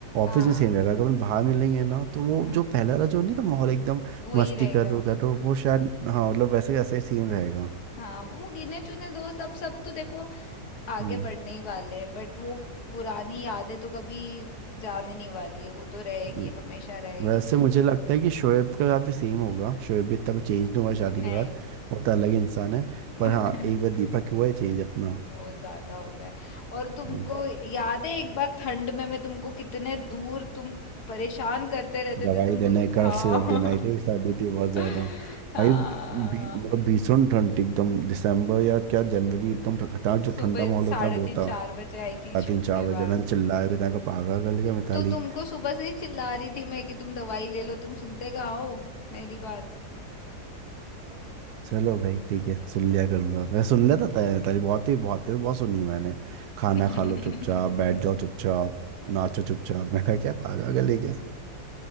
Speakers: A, on the left; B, on the right.
A: हाँ
B: ऑफिस में सेम रहेगा अगर अपन बाहर मिलेंगे ना तो वो
A: हाँ
B: जो पहला वाला जो नहीं था माहौल एकदम
A: वही
B: मस्ती
A: रहेगा
B: कर रो कर रो वो शायद हाँ मतलब वैसे वैसे सेम रहेगा
A: हाँ वो गिने चुने दोस्त अब सब तो देखो आगे
B: हम्म
A: बढ़ने ही वाले हैं बट वो पुरानी यादें तो कभी जाने नहीं वाली है वो तो रहेगी
B: हम्म।
A: हमेशा रहेगी
B: वैसे मुझे लगता है कि शोएब के साथ भी सेम होगा शोएब भी इतना कुछ चेंज नहीं हुआ है शादी
A: नहीं
B: के बाद वो तो अलग इंसान है
A: <laughs>
B: पर हाँ एक बार दीपक हुआ है चेंज अपना
A: बहुत ज्यादा हो गया है। और तुमको
B: हम्म,
A: याद है एक बार ठंड में मैं तुमको कितने दूर तुम परेशान करते रहते
B: दवाई
A: थे तुमको
B: देना है कर्व
A: हाँ
B: सिरप देना है थे साथ देती है बहुत ज्यादा
A: <laughs> हाँ
B: भाई भी मतलब भीषण ठंड थी एकदम दिसंबर या क्या जनवरी एकदम खतरनाक जो
A: सुबह
B: ठंडा माहौल
A: साढ़े
B: होता है वो
A: तीन
B: था
A: चार बजे आई थी
B: रात
A: शिफ्ट
B: तीन चार
A: के
B: बजे
A: बाद
B: मैंने चिल्लाया भी था पागल कर लिया मिताली
A: तो तुमको सुबह से ही चिल्ला रही थी मैं कि तुम दवाई ले लो तुम सुनते कहाँ हो मेरी बात?
B: चलो भाई ठीक है सुन लिया करूंगा मैं सुन लेता था यार ताली बहुत ही बहुत ही बहुत सुनी है मैंने खाना
A: <laughs>
B: खा लो चुपचाप बैठ जाओ चुपचाप नाचो चुपचाप <laughs> मैं कहा क्या पागल है क्या